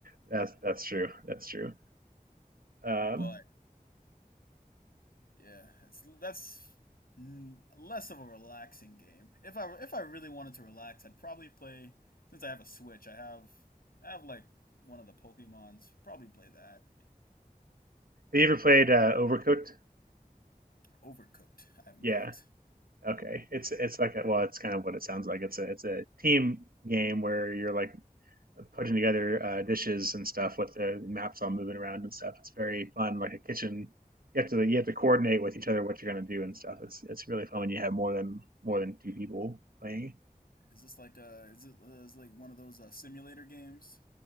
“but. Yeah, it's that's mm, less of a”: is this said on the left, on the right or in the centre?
Left